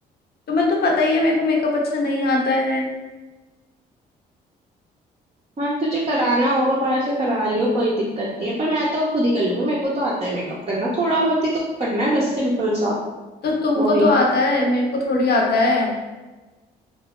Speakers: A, on the left; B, on the right.
A: तुम्हें तो पता ही है मेरे को मेकअप अच्छा नहीं आता है
B: हाँ तुझे कराना होगा बाहर से करा लियो कोई दिक्कत नहीं है पर मैं तो खुद ही कर लूंगी मेरे को तो आता है मेकअप करना थोड़ा बहुत ही तो करना है बस सिंपल सा
A: तो तुमको
B: वही
A: तो आता है मेरे को थोड़ी आता है